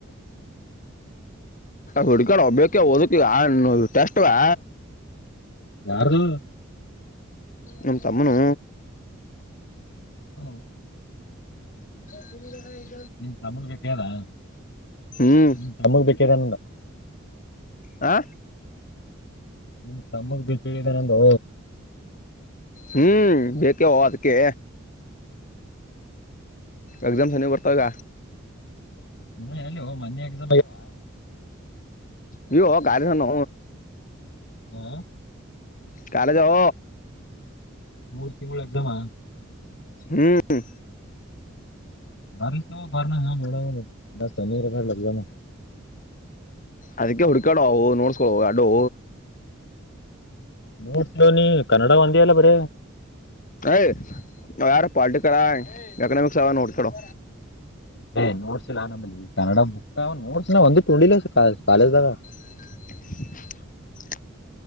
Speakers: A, on the left; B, on the left.
A: ಹುಡ್ಗ ಒಬ್ಬಕ್ಕೆ ಓದಕ ಇ ಟೆಸ್ಟ್ವಾ
B: ಕಾರಣ
A: ನಮ ತಮ್ಮನುೂ
B: ಹ
A: ಬಲೆ
B: ನಿನ್ ತಮಳ್ ಬೇಕದ
A: ಹ್ಮ್
B: ನಿನ್ ತಮಳ್ ಬೇಕಿದೆ
A: ಹಾ
B: ನಿನ್ ತಮ್ಮಗ್ ಬಿದ ನಂದು
A: ಹ್ಮ್ ಬೇಕಾವ ಅದಕ್ಕೆ ಎಕ್ಸಾಮ್ಸ್ನಿ ಬರ್ತಾಗ
B: ನ ಎಲ್ಲಿ ಮನ್ನ ಎಸ
A: ನೀ ಕಾರ ನ
B: ಹಾ
A: ಕಾಲಜವ
B: ಮೂರ್ತಿ ಮೂಳದಮ
A: ಹ್ಮ್
B: ಬಾರ ನ ಬಾರ ನ ಹಾ ನಡಾವ ಎಲ್ಲ ತನರ್ದ ಲಗಾನ
A: ಅದಕ್ಕೆ ಹುಡ್ಕಾಡು ಅವು ನೋಡ್ಸ್ಕೊ ಎಡು
B: ನೋಡ್ತವ ನೀ ಕನ್ನಡ ಒಂದಿಲ್ಲ ಬರ
A: ಹ್ ಯಾರ ಪಾಲಟಿಕಲ್ ಎಕನಮಕ್ಸ್ ಅವು ಎನ ಹುಡುಕ್ಯಡು
B: ಏ್ ನೋಡ್ಸಿಲ್ಲಾ ನಲ್ಲಿ ಕನ್ನಡ ಬುಕ್ ನೋಡ್ಸಿನ ಒಂದ ನೋಲ್ಲ ಕಾಲೇಜ್ದಾಗ
A: <unintelligible>